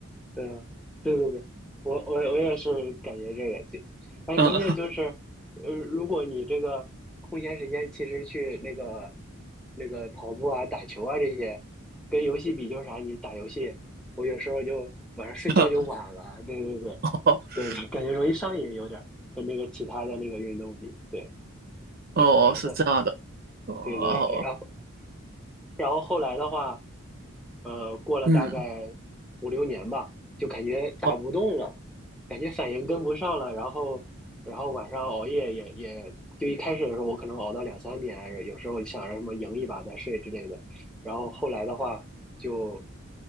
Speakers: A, in the centre; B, on the right (about 45°).
A: 嗯，对对对，我我我也是感觉这个就，哎，
B: 嗯，
A: 关键就是，呃，如果你这个空闲时间其实去那个那个跑步啊、打球啊这些，跟游戏比就是啥，你打游戏，我有时候就晚上睡觉就晚了，
B: <laughs>
A: 对对对，
B: 哦
A: 对对，感觉容易上瘾有点儿，跟那个其他的那个运动比，对
B: 哦是这样的，
A: 对，然后
B: 哦哦
A: 对对，然后然后后来的话。呃，过了大概五六年吧，
B: 嗯
A: 就感觉打不动了，
B: 哦
A: 感觉反应跟不上了，然后，然后晚上熬夜也也，就一开始的时候我可能熬到两三点啊，有时候想着什么赢一把再睡之类的，然后后来的话就，